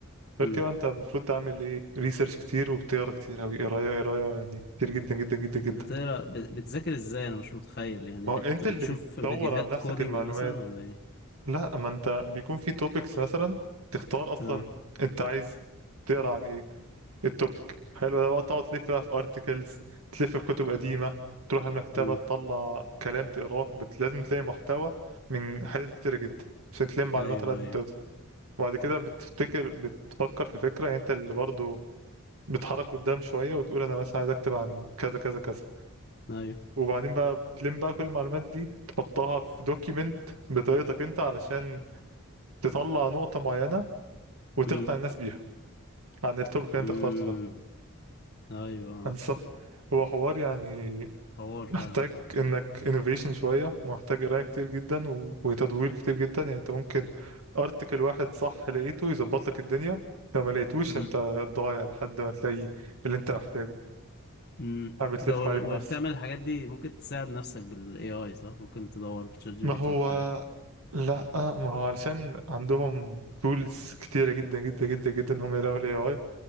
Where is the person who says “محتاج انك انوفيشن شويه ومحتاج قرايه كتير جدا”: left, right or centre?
Right